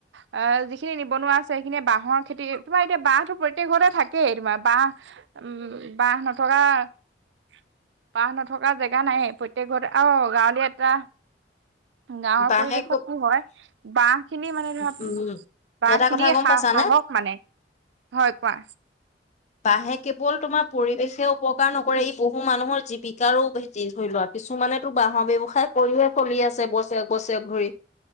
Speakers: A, on the right; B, on the left.
A: আহ যিখিনি নিবনুৱা আছে সেইখিনিয়ে বাঁহৰ খেতি তোমাৰ এতিয়া বাঁহতো প্ৰত্যেক ঘৰতে থাকেই তোমাৰ বাঁহ উম, বাঁহ নথকা-বাঁহ নথকা জেগা নায়ে। প্ৰত্যেক ঘতে অ, গাঁৱলী এটা গাঁৱ
B: বাঁহে
A: পৰিৱেশত
B: খুব-
A: কি হয় বাঁহ খিনি মানে ধৰা
B: উম
A: বাঁহ
B: এটা
A: খিনি
B: কথা গম
A: সা
B: পাইছানে
A: সাহস মানে হয় কোৱা?
B: বাঁহে কেৱল তোমাৰ পৰিৱেশে উপকাৰ নকৰে ই বহু মানুহৰ জীৱিকাৰো জি ধৰি লত কিছুমানেতো বাঁহৰ ব্যৱসায় কৰিহে চলি আছে বছেক-বছেক ধৰি।